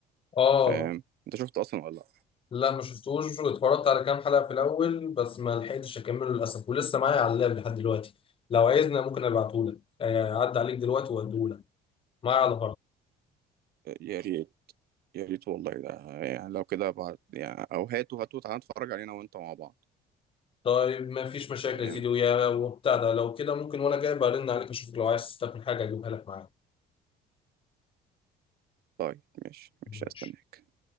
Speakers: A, on the left; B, on the right.
A: اه
B: فاهم انت شفته اصلا ولا لا
A: لا ما شفتوش اتفرجت على كام حلقه في الاول بس ما لحقتش اكمله للاسف ولسه معايا على اللاب لحد دلوقتي لو عايزنا ممكن ابعتهولك آه، اعدي عليك دلوقتي واديهولك معايا على
B: يا ريت يا ريت والله ده يعني لو كده بعد يعني او هاته هاته تعالى نتفرج علينا وانت مع بعض
A: طيب ما فيش مشاكل
B: فاهم
A: يا سيدي ويا وبتاع ده لو كده ممكن وانا جاي برن عليك اشوفك لو عايز تستقبل حاجه اجيبها لك معايا
B: طيب ماشي
A: ماشي
B: مش هستناك